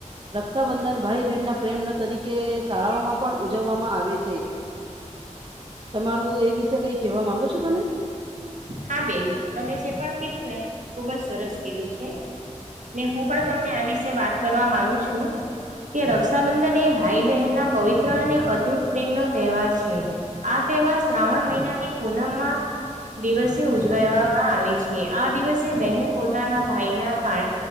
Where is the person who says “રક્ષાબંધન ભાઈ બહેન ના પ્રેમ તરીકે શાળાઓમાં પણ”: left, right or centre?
Right